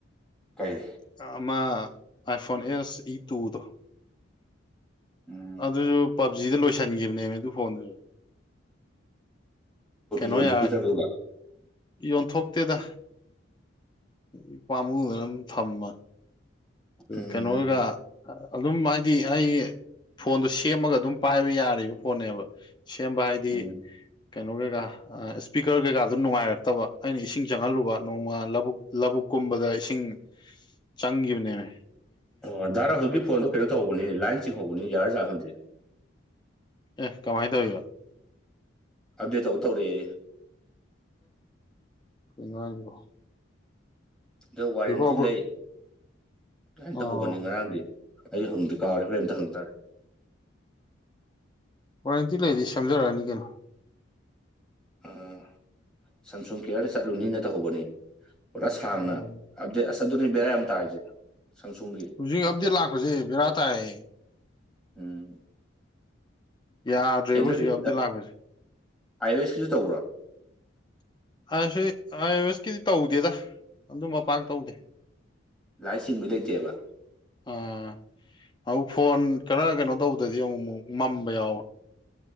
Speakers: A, in the centre; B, on the left.
A: ꯀꯩ
B: ꯑꯃ ꯑꯥꯏꯐꯣꯟ ꯑꯦꯁ ꯏ ꯇꯨꯗꯣ
A: ꯎꯝ
B: ꯑꯗꯨꯁꯨ ꯄꯞꯖꯤꯗ ꯂꯣꯏꯁꯤꯟꯈꯤꯕꯅꯦꯕ ꯑꯗꯨ ꯐꯣꯟꯗꯨꯁꯨ ꯀꯩꯅꯣ
A: ꯌꯣꯟꯊꯣꯛꯈꯤꯗ꯭ꯔꯕꯗꯨꯒ
B: ꯌꯥ ꯌꯣꯟꯊꯣꯛꯇꯦꯗ ꯏꯄꯥꯝꯃꯨꯗꯨꯗꯅ ꯑꯗꯨꯝ ꯊꯝꯕ
A: ꯎꯝ
B: ꯀꯩꯅꯣꯒ ꯑꯗꯨꯝ ꯍꯥꯏꯗꯤ ꯑꯩ ꯐꯣꯟꯗꯣ ꯁꯦꯝꯃꯒ ꯑꯗꯨꯝ ꯄꯥꯏꯕ ꯌꯥꯔꯤꯕ ꯐꯣꯟꯅꯦꯕ ꯁꯦꯝꯕ ꯍꯥꯏꯗꯤ
A: ꯎꯝ
B: ꯀꯩꯅꯣꯒꯩꯒ ꯏꯁꯄꯤꯀꯔ ꯀꯩꯀꯥꯗꯨ ꯅꯨꯡꯉꯥꯏꯔꯛꯇꯕ ꯑꯩꯅ ꯏꯁꯤꯡ ꯆꯪꯍꯜꯂꯨꯕ ꯅꯣꯡꯃ ꯂꯧꯕꯛ ꯂꯧꯕꯛ ꯀꯨꯝꯕꯗ ꯏꯁꯤꯡ ꯆꯪꯈꯤꯕꯅꯦꯕ
A: ꯑꯣ ꯙꯔꯥ ꯍꯧꯖꯤꯛ ꯐꯣꯟꯗꯣ ꯀꯩꯅꯣ ꯇꯧꯕꯅꯤ ꯂꯥꯏꯟ ꯆꯤꯡꯍꯧꯕꯅꯤ ꯌꯥꯔ ꯖꯥꯠ ꯈꯪꯗꯦ꯫
B: ꯑꯦ ꯀꯃꯥꯏꯅ ꯇꯧꯔꯤꯕ
A: ꯑꯞꯗꯦꯠ ꯇꯧ ꯇꯧꯔꯛꯑꯦ꯫
B: ꯀꯅꯣꯔꯤꯕꯣ
A: ꯗ ꯋꯥꯔꯦꯟꯇꯤ
B: ꯑꯩꯈꯣꯏ
A: ꯂꯩ꯫ ꯀꯃꯥꯏ
B: ꯑꯣ
A: ꯇꯍꯧꯕꯅꯤ ꯉꯔꯥꯡꯗꯤ ꯑꯩ ꯍꯪꯗꯤꯦ ꯀꯥꯔꯦ ꯍꯣꯔ ꯑꯝꯇ ꯍꯪꯇꯥꯔꯦ꯫
B: ꯋꯥꯔꯦꯟꯇꯤ ꯂꯩꯗꯤ ꯁꯦꯝꯖꯔꯛꯑꯅꯤ ꯀꯩꯅꯣ
A: ꯑꯥ ꯁꯝꯁꯨꯡ ꯀꯦꯌꯔꯗ ꯆꯠꯂꯨꯅꯤꯅ ꯇꯧꯍꯧꯕꯅꯤ ꯄꯨꯔꯥ ꯁꯥꯡꯅ
B: ꯎꯝ
A: ꯑꯞꯗꯦ ꯑꯁ ꯑꯗꯨꯅꯤ ꯕꯦꯔꯥ ꯌꯥꯝ ꯇꯥꯔꯤꯁꯦ ꯁꯪꯁꯨꯡꯒꯤ
B: ꯍꯧꯖꯤꯛ ꯑꯞꯗꯦꯠ ꯂꯥꯛꯄꯁꯦ ꯕꯦꯔꯥ ꯇꯥꯏ
A: ꯎꯝ
B: ꯌꯥꯗ꯭ꯔꯦꯕ
A: ꯑꯦꯟꯗ꯭ꯔꯣꯏꯀꯤ
B: ꯍꯧꯖꯤꯛ ꯑꯞꯗꯦꯠ ꯂꯥꯛꯄꯁꯦ
A: ꯑꯥꯏ ꯑꯦꯁꯀꯤꯁꯨ ꯇꯧꯕ꯭ꯔꯥ
B: ꯑ ꯑꯥꯋꯦꯁꯀꯤꯗꯤ ꯇꯧꯗꯦꯗ ꯑꯗꯨ ꯃꯄꯥꯛ ꯇꯧꯗꯦ꯫
A: ꯂꯥꯏꯁꯤꯡꯕꯩ ꯂꯩꯇꯦꯕ
B: ꯑꯥ ꯑꯃꯨꯛ ꯐꯣꯟ ꯈꯔ ꯀꯩꯅꯣ ꯇꯧꯕꯗꯗꯤ ꯑꯃꯨꯛ ꯑꯃꯨꯛ ꯃꯝꯕ ꯌꯥꯎꯕ